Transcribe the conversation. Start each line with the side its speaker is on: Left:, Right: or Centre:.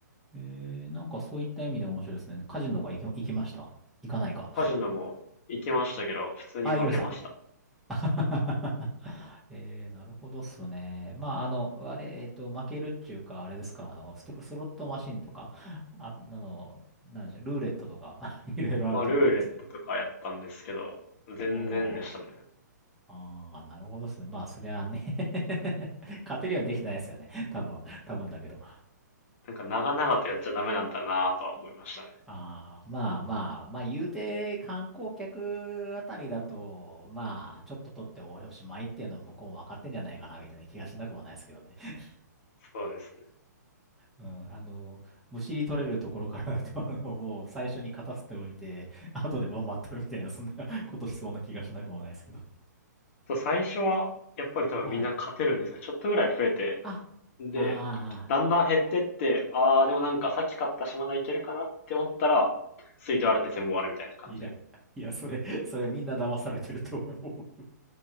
Centre: えー、なんかそういった意味で面白いですね。カジノとか行き、行きました行かないか。
Left: カジノも行きましたけど、普通に負けました。
Centre: あ、行きました。<laughs> えー、なるほどっすね。まあ、あの、あれ、えっと、負けるっていうか、あれですか、あの、ストロ、スロットマシンとか、あ、あの、なんでしょう、ルーレットとか、<laughs> いろいろあると思うんですけど。
Left: まあ、ルーレットとかやったんですけど、全然でしたね。
Centre: おーああ、なるほどですね。まあ、そりゃあね <laughs> 勝てるようにできてないですよね。多分、多分だけど。
Left: なんか長々とやっちゃダメなんだなぁとは思いましたね。
Centre: ああ、まあまあ、まあ、言うて観光客あたりだと、まあ、ちょっと取っておしまいっていうのは向こうも分かってんじゃないかな、みたいな気がしなくもないですけどね。<laughs>
Left: そうですね。
Centre: うん、あの、むしり取れるところからだと、<laughs> あの、もう最初に勝たせておいて、後でバンバン取るみたいな、そんな <laughs> ことしそうな気がしなくもないですけど。
Left: と最初は、やっぱり多分みんな勝てるんですね。
Centre: はい。
Left: ちょっとぐらい増えて、
Centre: あ、あ
Left: で、
Centre: あ、
Left: だんだん減ってって、あー、でもなんかさっき買った島田いけるかなって思ったら、吸い取られて全部終わるみたいな感じ。
Centre: いや、いや、それ、それみんな騙されてると思う。